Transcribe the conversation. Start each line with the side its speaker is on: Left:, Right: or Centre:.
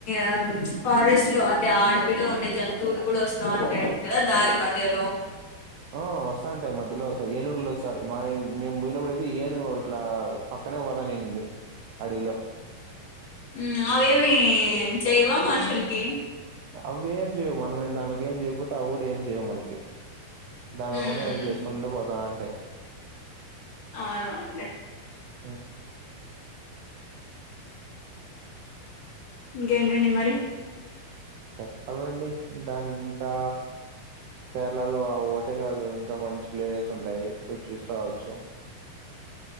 Left: ఆ ఫారెస్ట్ లో అదే అడవిలో ఉండే జంతువులు కూడా వస్త స్తా ఉంటాయి కదా దారి మధ్యలో
Right: ఆ వస్తంటయి మధ్యలో వస్తాయి ఏనుగులు వస్తాయి మా మేము పోయినప్పుడయితే ఏనుగు ఇట్లా పక్కనే పోతనుండిది అడవిలో
Left: హు అవేమి చెయవా మనుషులకి
Right: అవి ఏం చేయవు మనం ఏం దానికి ఏం చేయకపోతే అవి కూడా ఏం చేయవు మనకి దానిలో
Left: ఉమ్
Right: పనే అవి చేసుకుంటూ పోతా ఉంటాయి
Left: అవునవును అండి
Right: ఉమ్,
Left: ఇంకేంటండి మరి
Right: చెప్పాలండి దాన్ని ఇంకా కేరళలో ఒకటే కాదు ఇంకా మంచి ప్లేస్ ఉంటయి పోయి చూసి రావచ్చు